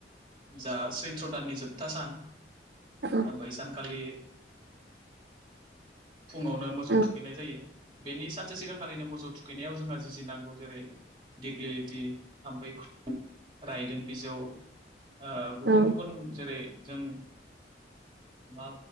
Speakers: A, on the right; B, on the right.
A: जा सैथ्र दाननि जोबथा सान।
B: औ
A: आरो बैसानखालि फुङावनो मोसौ
B: औ
A: थुखैनाय जायो। बेनि सानसे सिगांखालिनो मोसौ थुखैनायाव जोंहा जिजिनांगौ जेरै दिग्लिथि थाम्फै ख रायदों बिजौ ओ
B: औ
A: गुबुन गुबुन जेरै जों मा